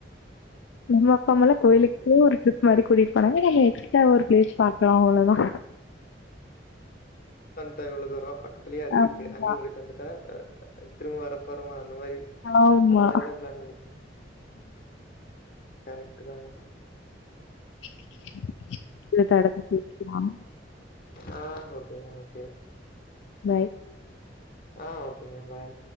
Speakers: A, on the left; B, on the left.
A: நம்ம அப்பாமலா கோய்லுக்கே
B: ஓகே.
A: ஒரு ட்ரிப் மாரி கூட்டிட் போனாங்க நம்ம எக்ஸ்ட்ராவா ஒரு ப்ளேஸ் பாக் அவ்ளோதா
B: டோ இவ்ளோ தூரோ கத்துலயே அது
A: ஆமா
B: இருக்கு அங்யே போயிட்டு வந்துட்டா திரும்ப வர வருமா அந்த மாரி
A: ஆமா
B: அந்த மாரி தா ப்ளான் பண்ணிப்ப கரைக்ட்டு தாங்க
A: <unintelligible>
B: அ ஓகேங்க ஓகே
A: பாய்
B: ஆ ஓகேங்க பாய்